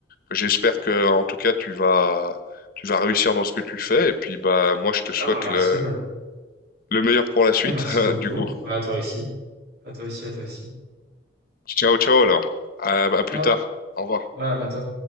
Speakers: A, on the left; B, on the right.
A: J'espère que, en tout cas, tu vas, tu vas réussir dans ce que tu fais. Et puis, bah, moi, je te souhaite
B: Ah bah merci,
A: le,
B: bah,
A: le meilleur pour la suite,
B: ouais, merci
A: <laughs>
B: beaucoup.
A: du coup.
B: Ouais, à toi aussi. À toi aussi, à toi aussi.
A: Ciao, ciao alors. à à plus
B: Ciao.
A: tard. Au revoir.
B: Ouais, à bientôt.